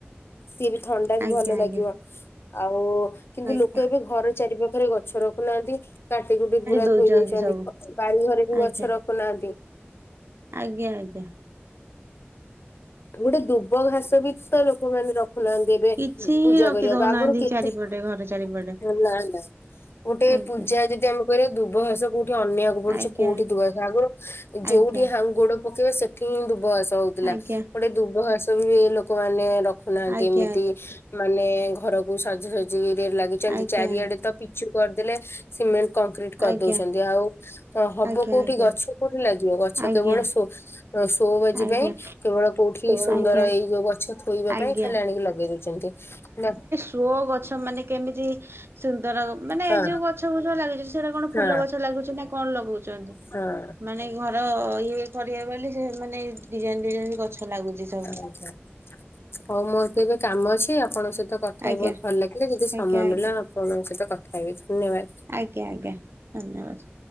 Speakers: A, on the left (about 65°); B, on the right (about 65°).
A: ସିଏ ବି ଥଣ୍ଡା ବି
B: ଆଜ୍ଞା।
A: ଭଲ ଲାଗିବ ଆଉ କିନ୍ତୁ
B: ଆଜ୍ଞା
A: ଲୋକ ଏବେ ଘରେ ଚାରି ପାଖରେ ଗଛ ରଖୁନାହାନ୍ତି କାଟି କୁଟି ପୁରା
B: ଦଉଛନ୍ତି
A: ଥୋଇଦୋଉଛନ୍ତି
B: ସବୁ
A: ବାଡିଘରେ ବି
B: ଆଜ୍ଞା
A: ଗଛ ରଖ ଖୁ ନାହାନ୍ତି।
B: ଆଜ୍ଞା ଆଜ୍ଞା।
A: ଗୋଟେ ଦୁବ ଘାସ ବି ସୁଦ୍ଧା ଲୋକମାନେ ରଖ ଖୁ ନାହାଁନ୍ତି ଏବେ
B: କିଛି ହିଁ
A: ପୂଜା
B: ରଖି
A: କରିଆକୁ
B: ଦଉନାହାନ୍ତି
A: ଆଗୁରୁ କେତେ
B: ଚାରିପଟେ
A: ରଖୁ
B: ଘର ଚାରିପଟେ
A: ନାନି ବାସ୍ ଗୋଟେ
B: ଆଜ୍ଞା।
A: ପୂଜା ଯଦି ଆମେ କରିବା ଦୁବଘାଷ କୋଉଠି ଅନେଇଆକୁ ବାକୁ ପଡୁଛି
B: ଆଜ୍ଞା
A: କୋଉଠି ଦୁବ ଘାସ ଆଗୁରୁ ଯେଉଠି
B: ଆଜ୍ଞା
A: ହା ଗୋଡ ପକେଇବା ସେଠି ହିଁ ଦୁବ ଘାସ ହୋ ଥିଲା,
B: ଆଜ୍ଞା
A: ଗୋଟେ ଦୁବ ଘାସ ବି ଏ ଲୋକମାନେ ରଖୁନାହାଁନ୍ତି
B: ଆଜ୍ଞା
A: ଏମିତି ମାନେ ଘରକୁ ସଜାସଜିରେ ଲାଗିଚନ୍ତି,
B: ଆଜ୍ଞା ଆଜ୍ଞା
A: ଚାରିଆଡେ ତ ପିଚୁ କରିଦେଲେ। ସିମେଣ୍ଟ କଂକ୍ରିଟ୍ କରିଦୋଉଛନ୍ତି,
B: ଆଜ୍ଞା।
A: ଆଉ ତ ହବ
B: ଆଜ୍ଞା
A: କୋଉଠି
B: ଆଜ୍ଞା ଆଜ୍ଞା
A: ଗଛ। କୋଉଠି ଲାଗିବ, ଗଛ
B: ଆଜ୍ଞା
A: କେବଳ ସୋ ତ ସୋ ବାଜି
B: ଆଜ୍ଞା
A: ପାଇଁ କେବଳ କୋଉଠି
B: ଆଜ୍ଞା।
A: ସୁନ୍ଦର ଏଇ ଯୋଉ ଗଛ ଥୋଇବା
B: ଆଜ୍ଞା
A: ପାଇଁ ଖାଲି ଆଣିକି ଲଗେଇ ଦୋଉଛନ୍ତି, ନା
B: ଶୋ ଗଛ ମାନେ କେମିତି ସୁନ୍ଦର ମାନେ
A: ହଁ
B: ଏଇ ଯେଉ ଗଛ ବୁଛ ଲାଗିଚି, ସେରା କଣ
A: ହଁ
B: ଫୁଲ ଗଛ ଲାଗୁଛି ନା କଣ ଲଗଉଚନ୍ତି।
A: ହଁ।
B: ମାନେ ଘର ଇଏ କରିବେ ବୋଲି ସେ ମାନେ ଡିଜାଇନ୍ ଡିଜାଇନ୍ ଗଛ ଲାଗୁଛି ସବୁ।
A: ଆଚ୍ଛା। ହଉ ମୋର ତ ଏବେ କାମ ଅଛି, ଆପଣଙ୍କ ସହିତ କଥା ହେଇକି
B: ଆଜ୍ଞା
A: ବୋହୁତ୍ ଭଲ ଲାଗିଲା ଯଦି ସମୟ
B: ଆଜ୍ଞା ଆଜ୍ଞା
A: ମିଳିଲା ଆପଣଙ୍କ ସହିତ କଥା ହେବି।
B: ଆଜ୍ଞା ଆଜ୍ଞା, ଧନ୍ୟବାଦ୍।